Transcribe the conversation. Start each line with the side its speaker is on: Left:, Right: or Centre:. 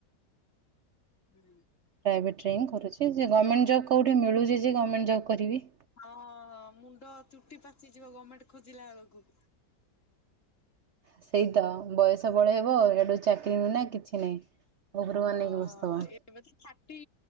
Left: ହୁଁ।
Right: ପ୍ରାଇଭେଟ୍ରରେ ହି କରୁଛି ଯେ ଗଭର୍ଣ୍ଣେଣ୍ଟ ଜବ କେଉଁଠି ମିଳୁଛି ଯେ ଗର୍ଣ୍ମେଣ୍ଟ ଜବ୍ କରିବି।
Left: ହଁ ମୁଣ୍ଡ ଚୁଟି ପାଚିଯିବ ଗଭର୍ଣ୍ଣମେଣ୍ଟ ଖୋଜିଲା ବେଳକୁ।
Right: ସେଇ ତ ବୟସ ବଳେଇ ହେବ ଏଇଠୁ ଚାକି ପିବି ନା କିଛି ନାଇଁ ଉପର
Left: ହଁ
Right: କୁ ଅନେଇକି ବସିଥିବ।
Left: ଏବେ ତ ଥାଟି